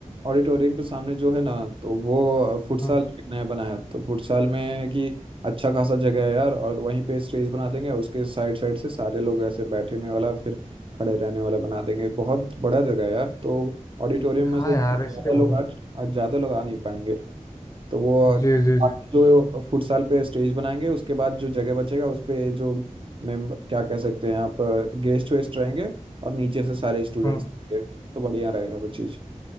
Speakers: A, on the right (about 40°); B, on the left (about 25°).
A: ऑडिटोरियम के सामने जो है ना तो वो फुटसाल
B: हम्म
A: एक नया बना है तो फुटसाल में है कि अच्छा खासा जगह है यार और वहीं पे स्टेज बना देंगे उसके साइड साइड से सारे लोग ऐसे बैठने वाला फिर खड़े रहने वाला बना देंगे बहुत बड़ा जगह है यार तो ऑडिटोरियम में
B: हाँ
A: से
B: यार
A: ज्यादा
B: इसलिए
A: लोग
B: बोलो
A: आ ज्यादा लोग आ नहीं पाएंगे तो वो
B: जी जी
A: आप
B: जी
A: जो फुटसाल पे स्टेज बनाएंगे उसके बाद जो जगह बचेगा उस पे जो मेंबर क्या कह सकते हैं आप गेस्ट वेस्ट रहेंगे और नीचे से सारे स्टूडेंट्स
B: हम्म
A: तो बढ़िया रहेगा वो चीज़